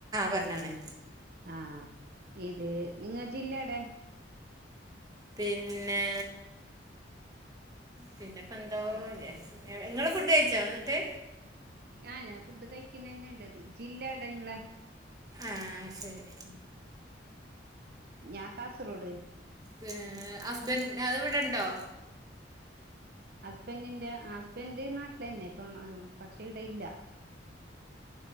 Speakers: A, on the right (about 20°); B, on the right (about 55°).
A: പറഞ്ഞാണേ
B: ആഹ് ഇത് നിങ്ങ ജില്ല ടെ
A: പിന്നേ പിന്നെപ്പെന്തോ വിചാരിച്ചിനി എ ങ്ങള് ഫുഡ് കയ്ച്ചോ ന്നട്ട്
B: ആഹ് ഞാൻ ഫുഡ് കൈക്കുന്ന തന്നെയാ ഇണ്ടത് ജില്ല എവിടാ നിങ്ങടെ
A: ആഹ് ശരി
B: ഉം ഞാൻ കാസർഗോഡ്
A: പി ഹസ്ബൻഡ് ആ ഇവിടൊണ്ടോ
B: ഹസ്ബൻഡിന്റെ ഹസ്ബന്റ് നാട്ടിൽ തന്നെയാ ഇപ്പം പക്ഷെ ഇവിടെ ഇല്ല